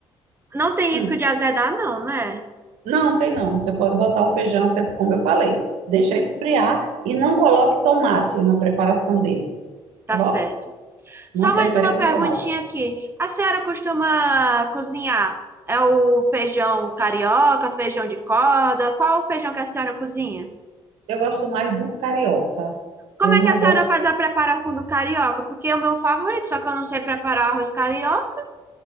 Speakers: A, on the right; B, on the right.
A: Não tem
B: Hum,
A: risco de azedar, não, né?
B: Não, tem não. Você pode botar o feijão, você- como eu falei. Deixa esfriar e não coloque tomate na preparação dele,
A: Tá
B: tá bom?
A: certo.
B: Não
A: Só mais
B: tempere
A: uma
B: com
A: perguntinha
B: tomate.
A: aqui. A senhora costuma cozinhar? É o feijão carioca, feijão de corda? Qual o feijão que a senhora cozinha?
B: Eu gosto mais do carioca.
A: Como
B: Eu
A: é
B: não
A: que a senhora
B: gosto
A: faz a preparação do carioca? Porque é o meu favorito, só que eu não sei preparar arroz carioca.